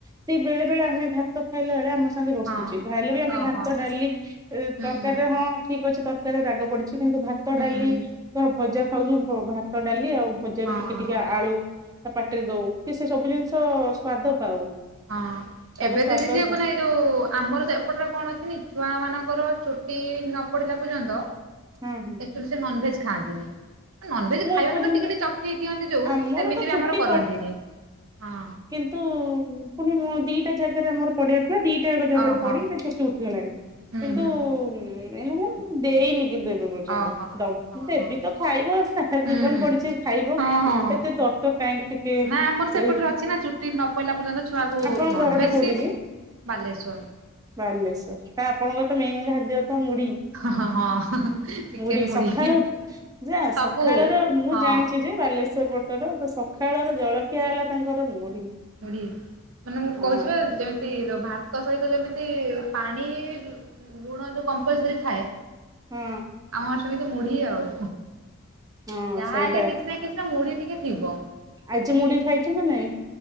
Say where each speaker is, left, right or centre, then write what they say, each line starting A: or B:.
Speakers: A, on the right; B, on the right.
A: ସିଏ ବେଳେ ବେଳେ ଆମେ ଭାତ ତ ଖାଇଲା ବେଳେ ଆମ ସାଙ୍ଗେ ବସୁଚି।
B: ହଁ।
A: ଖାଇଲେ ବି ଆମେ
B: ଓହୋ
A: ଭାତ ଡାଲି
B: ହୁଁ
A: ତରକାରୀରେ
B: ହୁଁ
A: ହଁ ଠିକ ଅଛି ତର କାରିରେ ରାଗ ପଡିଚି କିନ୍ତୁ ଭାତ
B: ହୁଁ
A: ଡାଲି
B: ହୁଁ
A: ତର ଭଜା ଖାଉଛୁ ଭାତ ଡାଲି ଆଉ। ଭଜାରୁ
B: ହଁ
A: ଟିକେ
B: ହଁ
A: ଟିକେ ଆଳୁ ତା ପାଟିରେ ଦଉ କି ସେ ସବୁ ଜିନିଷ ସ୍ଵାଦ ପାଉ।
B: ହଁ
A: ସବୁ
B: ଏବେ
A: ସ୍ଵାଦ
B: ଦେଇଯିବ ସେ
A: ଯା-
B: ମାନେ ଯଉ ଆମର ଏପଟରେ କଣ ଅଛି ଛୁଆ ମାନଙ୍କର ଚୁଟି ନ ପଡିଲା ପର୍ଯ୍ୟନ୍ତ
A: ହ।
B: ତ ସେ ନନଭେଜ୍ ଖାଆନ୍ତିନି। ନନଭେଜ
A: ମୁଁ
B: ଖାଇବାନି
A: ଏପର୍ଯ୍ୟନ୍ତ
B: ମାନେ ଟିକେ ଟିକେ ଚଖେଇ ଦିଅନ୍ତି ଯୋଉ
A: ଆମର
B: ସେମିତି
A: ତ ଚୁଟି
B: ବି ଆମର କରନ୍ତିନି ହଁ।
A: ତୁ ପୁଣି ମୋ ଦିଟା ଜାଗାରେ ଆମର ପଡିଆ ଦିଟା ଏକ ଜାଗାରେ
B: ଓହୋ
A: ପଡି ସେ ଚୁଟି ଉଠିଗଲାଣି
B: ହୁଁ
A: କିନ୍ତୁ
B: ହୁଁ
A: ମେନ୍ ହେଲା ଦେଇନି କିନ୍ତୁ ଏବେ ପର୍ଯ୍ୟନ୍ତ।
B: ଓହୋ ହଁ ହଁ।
A: ଦେବି ତ ଖାଇବ ଆସ। ସାରାଜୀବନ
B: ହୁଁ ହୁଁ
A: ପଡିଚି ଖାଇବ
B: ହଁ ହଁ।
A: ଏତେ ତର ତର କାହିଁକି ଟିକେ
B: ନା ଆମର ସେପଟରେ
A: ଏଇ
B: ଅଛି ନା ଚୁଟି ନପଇଲା ପର୍ଯ୍ୟନ୍ତ ଛୁଆକୁ
A: ଆପଣଙ୍କ
B: ନନଭେଜ
A: ଘର ଟା କୋଉଠି
B: ସିଏ
A: କି
B: ବାଲେସ୍ୱର।
A: ବାଲେଶ୍ଵର ତା ଆପଣଙ୍କର ତ ମେନ ଖାଦ୍ୟ ତ ମୁଢି।
B: ହଁ ହଁ ଚିକେନ
A: ମୁଢ଼ି
B: ମୁଢି
A: ସକାଳୁ ଯା
B: ସବୁ
A: ସଖାଳର ମୁଁ
B: ହଁ
A: ଜାଣିଚି ଯେ ବାଲେଶ୍ୱର ପଟର ତ ସଖାଳର ଜଳଖିଆ ହେଲା ତାଙ୍କର ମୁଢି।
B: ବଢ ମାନେ ମୁଁ
A: ହଁ
B: କହୁଚି ପା ଯେମି ତି ଭାତ ସହିତ ଯେମିତି ପାଣି ଲୁଣ ଯୋଉ କମ୍ପଲସରି ଥାଏ।
A: ହଁ
B: ଆମ ସେମିତି ମୁଢୀ ଆଉ
A: ହଁ
B: ଯାହା
A: ସେଇଟା
B: ହେଲେ କିଛି କିଛି ନା କିଛି ମୁଢି ଟିକେ ଥିବ।
A: ଆଜି ମୁଢି ଖାଇଚୁ ନା ନାଇଁ।